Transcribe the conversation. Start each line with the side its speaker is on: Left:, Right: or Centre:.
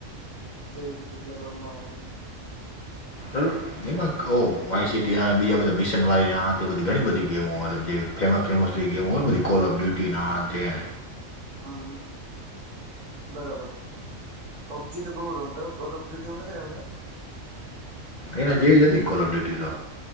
Right: કેવી રીતે કેમ રમવા એવી રીતે
Left: બ એમાં કહો વાયસીીટી બીજા બધા મિશનવાળીના તે બધી ઘણી બધી ગેમો મતલબ જે ફેમસ ફેમસ જે ગેમું હોલ બધ ક કોલ ઓફ ડ્યુટી ના અંતેને
Right: હા હા હા બરાબર પબજી તો બહુ રહ ત કોલ ઓફ ડ્યુટી નથી
Left: એના જેવી હતી ને કોલ ઓફ ડ્યુટી તો